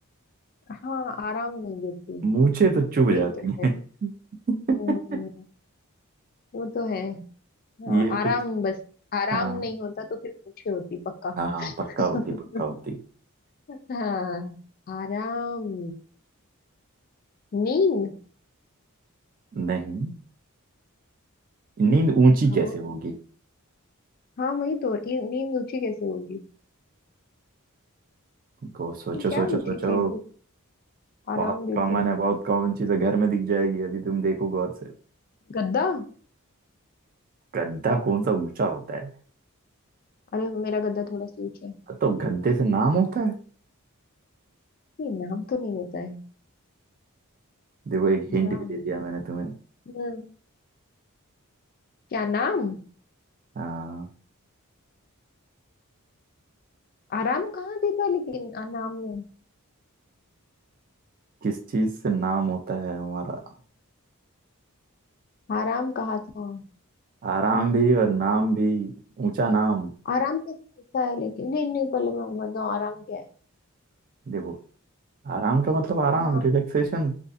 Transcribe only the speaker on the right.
मूछे तो चुभ
जाती
हैं <laughs>
ये
कुछ
हाँ
हाँ
पक्का होती पक्का होती
नहीं नींद ऊंची
कैसे होगी
को सोचो
सोचो
सोचो
बहुत
कॉमन
है बहुत कॉमन चीज है घर में दिख जाएगी अभी तुम देखो गौर से
गद्दा कौन सा ऊंचा होता है
तो गद्दे से नाम होता है
देखो एक हिंट
भी दे दिया मैंने तुम्हें
हाँ।
किस चीज से नाम होता है हमारा
आराम भी और नाम भी ऊंचा नाम
देखो आराम का मतलब आराम
रिलैक्सेशन